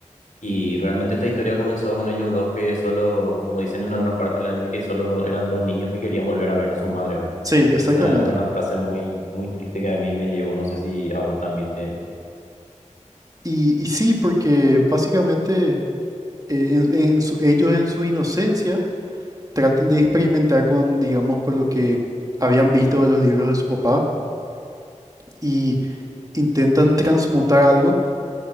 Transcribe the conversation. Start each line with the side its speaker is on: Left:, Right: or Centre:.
Left: Y realmente esta historia comenzó con ellos dos que solo, como dicen en alguna parte del anime, que solo eran dos niños que querían volver a ver a su madre, ¿verdad?
Right: sí, exactamente.
Left: Esa es una frase muy, muy triste que a mí me llevó, no sé si a vos también te...
Right: Y, y sí, porque básicamente eh, en- en su- ellos en su inocencia tratan de experimentar con, digamos, con lo que habían visto de los libros de su papá y intentan transmutar algo,